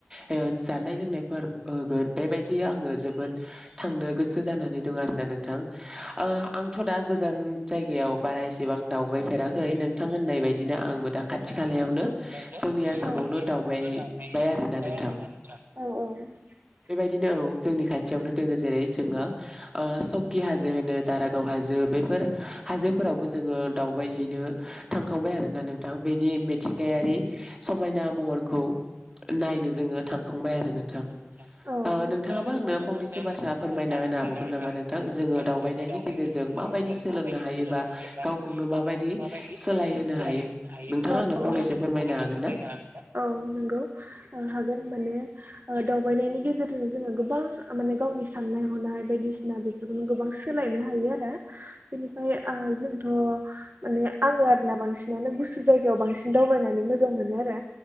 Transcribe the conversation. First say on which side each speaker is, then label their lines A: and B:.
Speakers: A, on the right (about 15°); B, on the right (about 55°).
A: ओ जानाय लोंनायफोर होगोन बेबाय दि आङो जोबोद थांनो गोसो जानानै दं आरोना नोंथां आ-आंथ' दा गोजान जायगायाव बारा एसेबां दावबायफेराखै नोंथां होननाय बायदिनो आंबो दा खाथि खालायावनो
B: औ
A: जोंनि आसामावनो दावबायबाय
B: औ
A: आरोना नोंथां।
B: औ।
A: बिदिनो औ जोंनि खाथियावनो दोङो जेरै जोंङा सकि हाजो होनो दारागाव हाजो बेफोर हाजोफोरावबो जोङो दावबायैनो थांखांबाय आरोना नोंथां बेनि मिथिंगायारि समायना महरखौ नायनो जोङो थांखांबाय आरो नोंथां।
B: औ।
A: ओ नोंथाङाबो आंनो फंनैसो बाथ्रा
B: औ।
A: फोरमायना होनो हाबावगोन नामा नोंथां जोङो
B: औ
A: दावबायनायनि गेजेरजों माबायदि सोलोंनो
B: औ
A: हायोबा गावखौनो माबायदि
B: नंगौ
A: सोलायहोनो हायो नोंथाङा आंनो
B: हागोन
A: फंनैसो फोरमायनो ना
B: माने ओ दावबायनायनि गेजेर रजों जोङो गोबां आ माने गावनि साननाय हनाय बायदिसिना बेफोरखौनो गोबां सोलायनो हायो आरो। बेनिफ्राय ओ जोंथ' माने आङो आरोना बांसिनानो गुसु जायगायाव बांसिन दावबाय नानै मोजां मोनो आरो